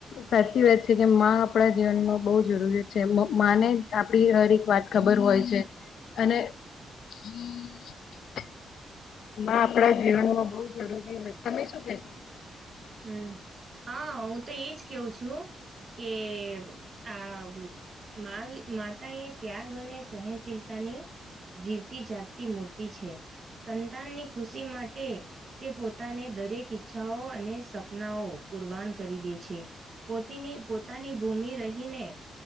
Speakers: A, on the left (about 75°); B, on the right (about 35°).
A: સાચી વાત છે કે માં આપણા જીવનમાં બહુ જરૂરી જેમ બહુ માને, આપણી હર એક વાત ખબર હોય છે અને. <unintelligible> માં આપણા જીવનમાં બહુ જરૂરી હોય, તમે શું કેહશો?
B: હમ. હા, હું તો એજ કેવું છું. કે હા, માતા એ ત્યાગ અને સહનશીલતાની જીવતી જાગતી મૂર્તિ છે. સંતાનની ખુશી માટે તે પોતાને દરેક ઈચ્છાઓ અને સપનાઓ કુરબાન કરી દે છે. પોતેની પોતાની ભૂમિ રહીને